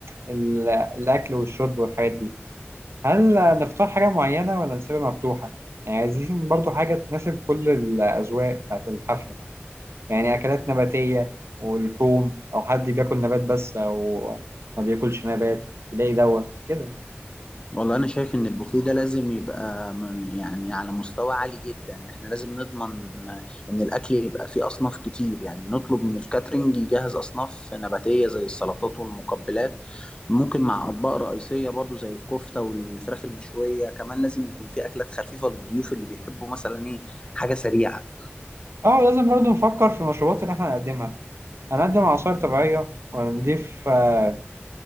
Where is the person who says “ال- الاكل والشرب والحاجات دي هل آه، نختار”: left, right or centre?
Right